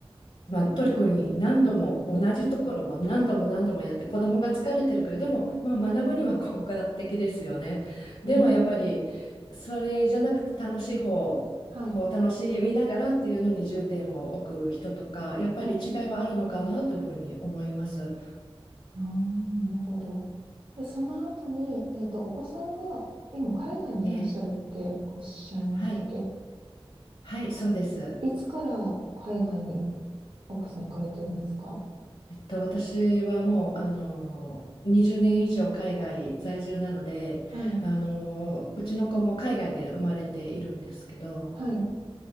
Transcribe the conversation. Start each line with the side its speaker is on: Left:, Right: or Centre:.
Left: まあ、特に何度も同じところは何度も何度もやって子供が疲れてるけどでも、まあ、学ぶには効果的ですよね。でもやっぱりそれじゃなくて楽しい方こう楽しみながらっていうのに重点を置く人とかやっぱり違いはあるのかなというふうに思います。
Right: うん。はい。はい。ああ、なるほど。で、その後に、えっと、お子さんが今海外にいらっしゃるっておっしゃいましたっけ
Left: ええはいはい、そうです。
Right: いつから海外にお子さん行かれてるんですか
Left: えっと、私はもう、あの、20年以上海外在住なので、
Right: はい。
Left: あの、うちの子も海外で生まれているんですけど、
Right: はい。